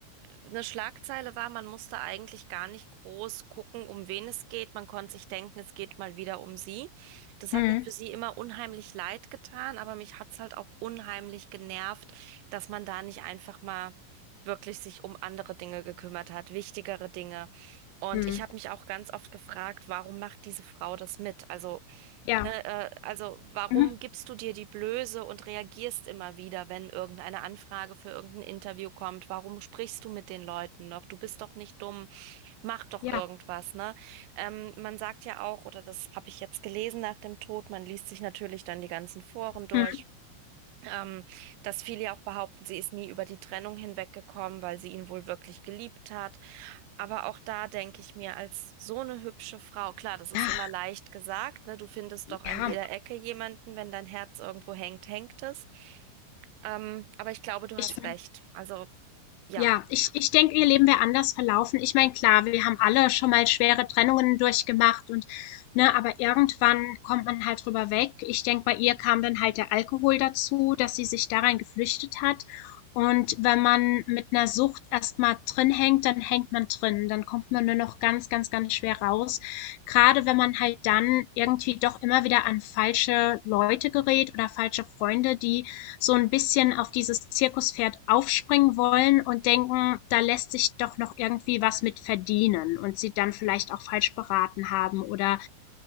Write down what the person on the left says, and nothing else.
Hm.
Hm.
Ja.
Mhm.
Ja.
Hm.
Ja.
Ja.
Ich
meine,
Ja, ich ich denke, ihr Leben wäre anders verlaufen. Ich meine, klar, wir haben alle schon mal schwere Trennungen durchgemacht und ne, aber irgendwann kommt man halt drüber weg. Ich denke, bei ihr kam dann halt der Alkohol dazu, dass sie sich da geflüchtet hat. Und wenn man mit einer Sucht erstmal drin hängt, dann hängt man drin. Dann kommt man nur noch ganz, ganz, ganz schwer raus. Gerade wenn man halt dann irgendwie doch immer wieder an falsche Leute gerät oder falsche Freunde, die so ein bisschen auf dieses Zirkuspferd aufspringen wollen und denken, da lässt sich doch noch irgendwie was mit verdienen und sie dann vielleicht auch falsch beraten haben oder